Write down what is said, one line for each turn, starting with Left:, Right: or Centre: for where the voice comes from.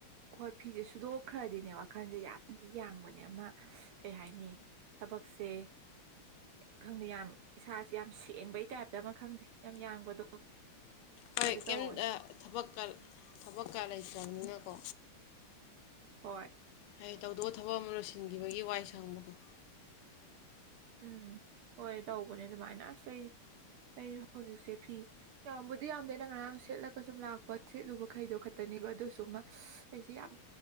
Right: ꯍꯣꯏ ꯐꯤꯁꯦꯁꯨꯗꯣꯛ ꯈ꯭ꯔꯗꯤꯅꯦ ꯋꯥꯈꯜꯁꯦ ꯌꯥꯝꯗꯤ ꯌꯥꯡꯕꯅꯦ ꯑꯃ ꯀꯩ ꯍꯥꯏꯅꯤ ꯊꯕꯛ ꯁꯦ ꯈꯪꯗꯦ ꯌꯥꯝ ꯏꯁꯥꯁꯦ ꯌꯥꯝ ꯁꯦꯡꯕꯩ ꯇꯥꯏꯞꯇ ꯑꯃ ꯈꯪꯗꯦ ꯌꯥꯝ ꯌꯥꯡꯕꯗꯣ
Left: ꯍꯣꯏ
Right: ꯑꯗꯨ
Left: ꯀꯩꯝꯇ
Right: ꯇꯧꯋꯦ
Left: ꯊꯕꯛꯀ ꯊꯕꯛꯀ ꯂꯩꯇ꯭ꯔꯕꯅꯤꯅꯀꯣ
Right: ꯍꯣꯏ
Left: ꯍꯥꯏꯌꯦ ꯇꯧꯗꯧꯕ ꯊꯕꯛ ꯑꯃ ꯂꯣꯏꯁꯤꯟꯈꯤꯕꯒꯤ ꯋꯥꯏ ꯁꯪꯕꯗꯣ
Right: ꯎꯝ ꯍꯣꯏ ꯇꯧꯕꯅꯦ ꯑꯗꯨꯃꯥꯏꯅ ꯑꯁ ꯑꯩ ꯑꯩ ꯍꯧꯖꯤꯛꯁꯦ ꯐꯤ ꯌꯥꯝꯕꯨꯗꯤ ꯌꯥꯝꯗꯦꯩꯅ ꯉꯔꯥꯡ ꯁꯦꯠꯂꯒ ꯁꯨꯝ ꯂꯥꯛꯄ ꯁꯦꯠꯂꯨꯕ ꯈꯩꯗꯣ ꯈꯛꯇꯅꯦ ꯕ ꯑꯗꯨꯁꯨ ꯑꯃ ꯑꯩꯁꯤꯦ ꯌꯥꯝ